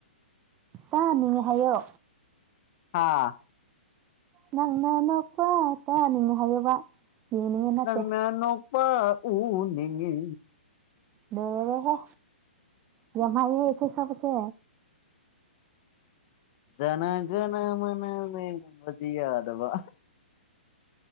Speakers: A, on the right (about 25°); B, on the left (about 40°).
A: ꯇꯥꯅꯤꯡꯉꯦ ꯍꯥꯏꯌꯣ
B: ꯑꯥ
A: ꯅꯪꯅ ꯅꯣꯛꯄ ꯇꯥꯅꯤꯡꯉꯦ ꯍꯥꯏꯌꯣꯕ ꯌꯦꯡꯅꯤꯡꯉꯦ ꯅꯠꯇꯦ
B: ꯅꯪꯅ ꯅꯣꯛꯄ ꯎꯅꯤꯡꯉꯤ
A: ꯂꯣꯏꯔꯦꯍꯦ ꯌꯥꯝ ꯍꯩꯌꯦ ꯏꯁꯩ ꯁꯛꯄꯁꯦ
B: ꯖꯅꯥ ꯒꯅ ꯃꯅ ꯃꯦ ꯒꯨꯝꯕꯗꯤ ꯌꯥꯗꯕ